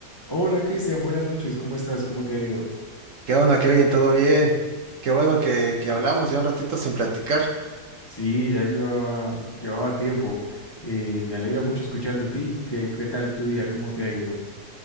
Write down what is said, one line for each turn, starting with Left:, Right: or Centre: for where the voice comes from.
Left: Hola Cristian, buenas noches, ¿cómo estás? ¿Cómo te ha ido?
Right: ¿Qué onda, Kevin? ¿Todo bien? Qué bueno que, que hablamos ya un ratito sin platicar.
Left: Sí, ya llevaba, llevaba tiempo. Eh, me alegra mucho escuchar de ti. ¿Qué, qué tal tu día? ¿Cómo te ha ido?